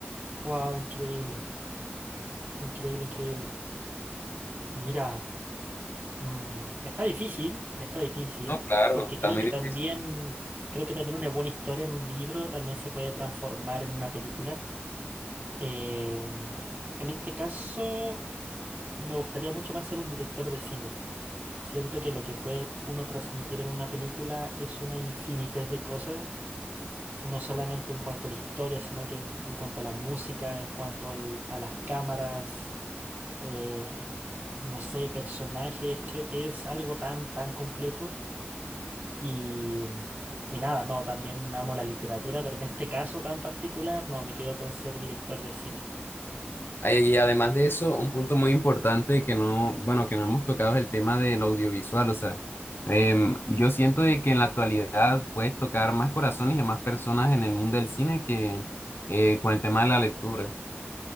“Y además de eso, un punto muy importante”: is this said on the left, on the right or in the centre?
Left